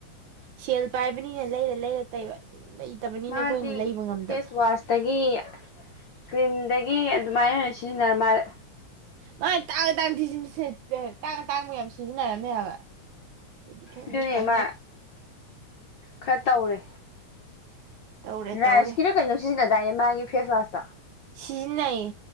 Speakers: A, on the right; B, on the left.
A: ꯁꯦꯜ ꯄꯥꯏꯕꯅꯤꯅ ꯂꯩꯔ ꯂꯩꯔ ꯇꯩꯕ ꯂꯩꯇꯕꯅꯤꯅ
B: ꯃꯥꯗꯤ
A: ꯑꯩꯈꯣꯏꯅ ꯂꯩꯕ ꯉꯝꯗꯕ
B: ꯐꯦꯁ ꯋꯥꯁꯇꯒꯤ ꯀ꯭ꯔꯤꯝ ꯑꯗꯒꯤ ꯑꯗꯨꯃꯥꯏꯅ ꯑꯣꯏꯅ ꯁꯤꯖꯤꯟꯅꯔ ꯃꯥꯜꯂꯦ
A: ꯃꯥꯏ ꯑꯇꯥꯡ ꯑꯇꯥꯡ <unintelligible> ꯑꯇꯥꯡ ꯑꯇꯥꯡꯕ ꯌꯥꯝ ꯁꯤꯖꯤꯟꯅꯔꯝꯃꯦ ꯍꯥꯏꯕ ꯑꯩꯗꯤ ꯈꯪꯕ
B: ꯑꯗꯨꯅꯦ
A: ꯈꯪꯗꯦ
B: ꯃꯥ ꯈꯔ ꯇꯧꯔꯦ
A: ꯇꯧꯔꯦ
B: ꯔꯥꯏꯁ
A: ꯇꯧꯔꯦ
B: ꯀꯤꯗꯣ ꯀꯩꯅꯣꯝ ꯁꯤꯖꯤꯟꯅ ꯗꯥꯏꯅꯦ ꯃꯥꯒꯤ ꯐꯦꯁ ꯋꯥꯁꯇꯣ
A: ꯁꯤꯖꯤꯟꯅꯩꯌꯦ